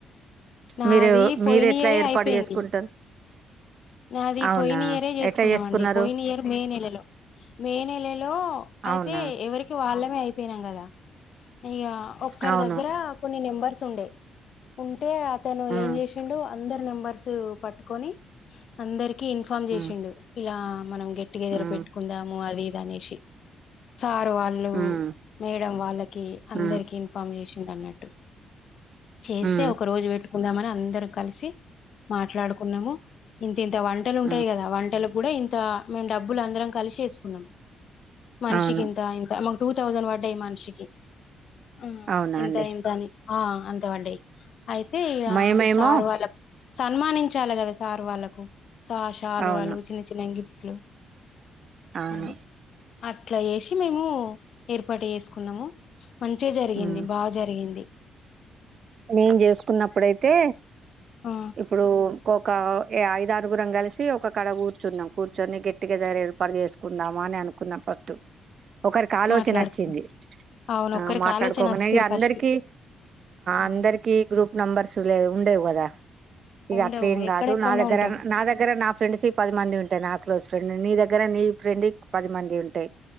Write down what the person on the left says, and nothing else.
నావి
పోయిన
ఇయరే
అయిపోయింది
అది
పోయిన ఇయరే చేసుకున్నామండి
పోయిన ఇయర్ మే నెలలో మే నెలలో అయితే
ఎవరికి వాళ్ళ అయిపోయినాం కద ఇగ ఒకరి
దగ్గర కొన్నీ నెంబర్ స్ ఉండే ఉంటే అతను
ఏం చేసిండు అందరు నెంబర్స్ పట్టుకొని అందరికి ఇన్ఫార్మ్ చేసిండు
ఇలా మనం గెట్టుగెదర్
పెట్టుకుందాము అది ఇద్ దనేసి సార్ వాళ్ళు
మేడం వాళ్ళకి అందరికి
ఇన్ఫార్మ్ చేసి నిన్నట్టు చేస్తే
ఒక రోజు పెట్టుకుందామని అందరూ కలిసి మా ట్లాడుకున్నాము ఇంత ఇంత వంటలు ఉంటాయి
కదా వంటలు గూడా ఇంత మేము డబ్బులు అందరం కలిసి వేసుకున్నాం మనిషికి
ఇంత ఇంత మాక్ టూ థౌజండ్ పడ్డాయి మనిషికి ఆ
ఇంత
ఇంతని ఆ అంత్ త బడ్డాయ్ అయితే
సారు వాళ్ళకు సన్మానించాలి కదా సారు వాళ్ళకు స షాల్వాలు
చిన్న చిన్న గిఫ్ట్లు
అది అట్లా ఏసి మేము ఏర్పాటు చేసుకున్నాము మంచిగా జరిగింది
బాగా జరిగింది
ఆ
మాట్లాడుకున్నాం
అవును
ఒక్కరికి
ఆలోచన వస్తది
ఫస్ట్ అవును
ఉండవు
ఎక్కడెక్కడనో
ఉంటాం